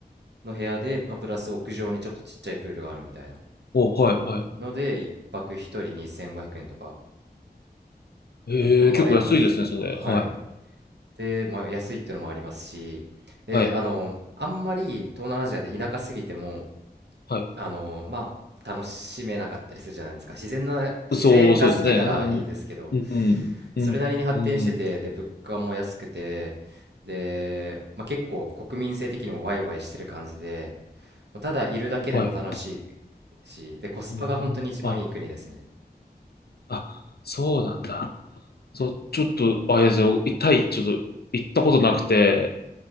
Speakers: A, on the right; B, on the left.
A: の部屋で、まあ、プラス屋上にちょっとちっちゃいプールがあるみたいな。
B: お、はい、はい。
A: ので、一泊一人2500円とか
B: ええ、
A: で泊まれます。
B: 結構安いですね、それ。
A: あはい。
B: はい。
A: で、まあ、安いってのもありますし、で、
B: はい。
A: あの、あんまり東南アジアで田舎すぎても、
B: はい。
A: あの、まあ、楽しめなかったりするじゃないですか。自然な、自然が好きならいいですけど、
B: そう、そうですね。うん。うん。うん。
A: それなりに発展してて、
B: うん。
A: で、物価も安くて、で、まあ、結構国民性的にもワイワイしてる感じで、もうただいるだけでも楽しい
B: はい。
A: し、で、コスパが本当に一番いい国ですね。
B: うん。あ、あ、そうなんだ。そう、ちょっと、あれですね。タイ、ちょっと行ったことなくて、